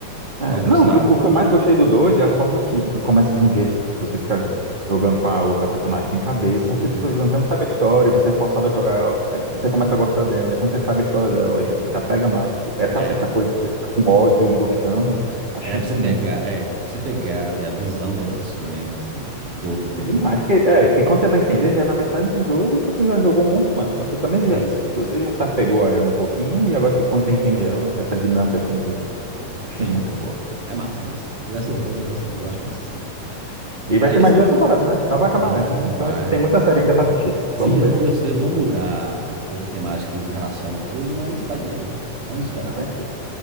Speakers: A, on the right; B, on the right.
A: É,
B: Algumas,
A: não,
B: sei lá,
A: e o que eu mais gostei do 2 é a forma que, que começa de um jeito, tipo, você fica jogando com a outra personagem sem saber
B: assim.
A: por que que eu tô jogando, você não sabe a história, e você é forçado a jogar, aí você começa a gostar dela, e quando você sabe a história dela, aí você se apega mais, tipo, essa,
B: É.
A: essa coisa que você fica com ódio e gostando, achei
B: É pra
A: isso
B: você pegar,
A: muito,
B: é, é pra você pegar ali a visão da outra pessoa, né? Assim, do outro, do
A: É
B: outro.
A: demais,
B: Entendeu?
A: porque é, que quando você vai entender, já é na metade do jogo e você já jogou um monte com ela. Então você também
B: Sim,
A: já,
B: sim.
A: você já se apegou a ela um pouquinho e agora você- quando você entende ela, essa dinâmica assim do. Achei
B: Sim.
A: muito boa.
B: É massa, é massa. The Last of Us, é The Last of Us, eu acho massa, sim.
A: E
B: Aí
A: vai ter mais
B: sim.
A: duas temporadas, né? Não vai acabar
B: Tem,
A: nessa, né? Então
B: vai.
A: a gente tem muita série ainda pra assistir.
B: Sim,
A: Vamos
B: eles
A: ver.
B: vão, eles, eles vão mudar um pouco a temática ali com relação ao jogo, mas vai ter, né? Vamos esperar.
A: Vai ter.